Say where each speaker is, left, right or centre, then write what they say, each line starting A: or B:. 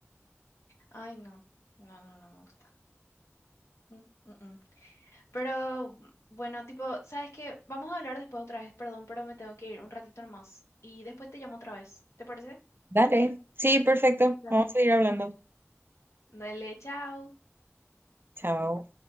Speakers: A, on the left; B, on the right.
A: Ay, no. No, no, no me gusta. Mm, mm, mm. Pero mm, bueno, tipo, ¿sabes qué? Vamos a hablar después otra vez. Perdón, pero me tengo que ir un ratito nomás. Y después te llamo otra vez. ¿Te parece?
B: Dale. Sí, perfecto.
A: Dale.
B: Vamos a seguir hablando.
A: Dale, chao.
B: Chao.